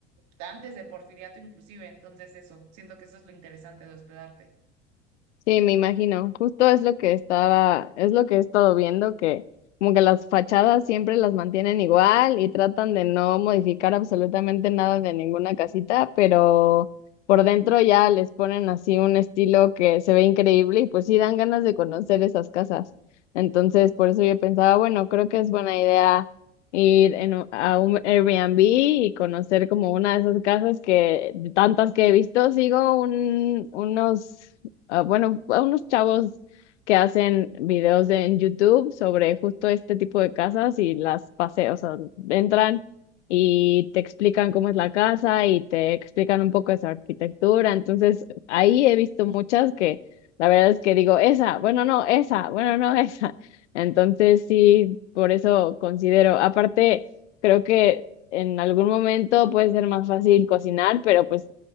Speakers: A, on the right; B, on the left.
A: antes de Porfiriato inclusive, entonces eso, siento que eso es lo interesante de hospedarte.
B: Sí, me imagino. Justo es lo que estaba, es lo que he estado viendo, que como que las fachadas siempre las mantienen igual y tratan de no modificar absolutamente nada de ninguna casita, pero por dentro ya les ponen así un estilo que se ve increíble y pues sí dan ganas de conocer esas casas. Entonces, por eso yo pensaba, bueno, creo que es buena idea ir en u- a un Airbnb y conocer como una de esas casas que de tantas que he visto, sigo un, unos a, bueno, a unos chavos que hacen videos de- en YouTube sobre justo este tipo de casas y las pasean, o sea, entran y te explican cómo es la casa y te explican un poco de su arquitectura. Entonces, ahí he visto muchas que la verdad es que digo, esa, bueno, no, esa, bueno, no, <laughs> esa. Entonces, sí, por eso considero, aparte, creo que en algún momento puede ser más fácil cocinar, pero pues